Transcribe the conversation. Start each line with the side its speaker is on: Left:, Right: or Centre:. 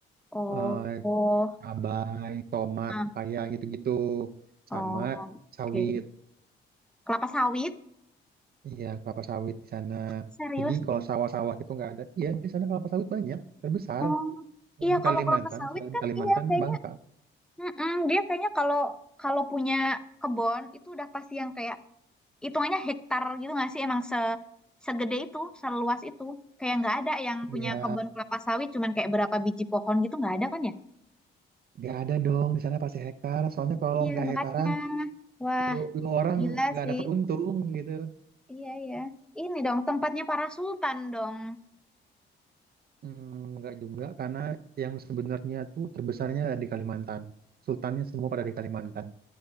Centre: Oh,
Right: eh,
Centre: oh,
Right: cabai, tomat,
Centre: Ah,
Right: pepaya gitu-gitu
Centre: oh,
Right: sama sawit.
Centre: oke. Kelapa sawit?
Right: Iya, kelapa sawit di sana.
Centre: serius?
Right: Jadi kalau sawah-sawah itu nggak ada. Iya, di sana kelapa sawit banyak, terbesar.
Centre: Oh,
Right: Selain
Centre: Iya, kalau
Right: Kalimantan,
Centre: kelapa sawit
Right: selain
Centre: kan
Right: Kalimantan,
Centre: iya kayaknya.
Right: Bangka.
Centre: Mm-mm, dia kayaknya kalau kalau punya kebun itu udah pasti yang kayak hitungannya hektar gitu nggak sih? Emang se segede itu, seluas itu. Kayak nggak ada yang
Right: Iya,
Centre: punya kebun kelapa sawit cuman kayak berapa biji pohon gitu nggak ada kan ya?
Right: nggak ada dong di sana pasti hektar. Soalnya kalau
Centre: iya
Right: nggak
Centre: makanya.
Right: hektaran,
Centre: Wah,
Right: lu, lu orang
Centre: Gila
Right: nggak
Centre: sih.
Right: dapat untung gitu.
Centre: Iya, iya. Ini dong tempatnya para sultan dong.
Right: Hmm, nggak juga, karena yang sebenarnya tuh terbesarnya ada di Kalimantan. Sultannya semua pada di Kalimantan.